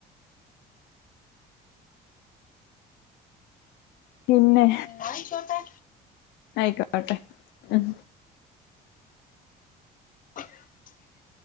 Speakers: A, on the left; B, on the left.
A: പിന്നെ,
B: ന്നായിക്കോട്ടെ
A: ന്നാ ആയിക്കോട്ടെ ഉം
B: ആ <inaudible>